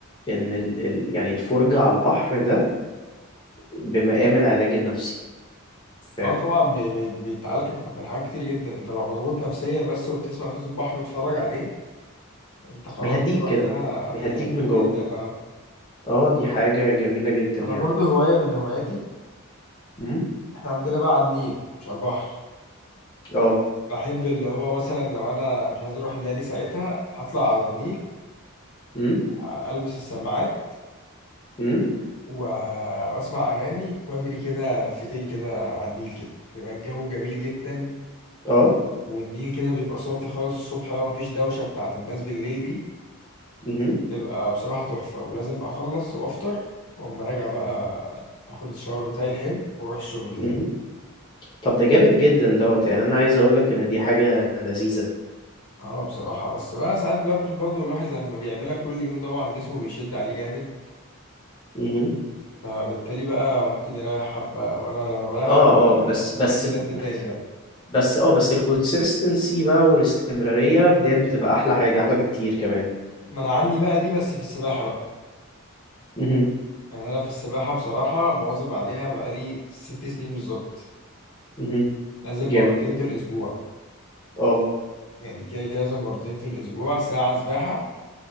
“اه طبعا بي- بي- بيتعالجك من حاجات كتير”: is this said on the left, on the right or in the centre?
Left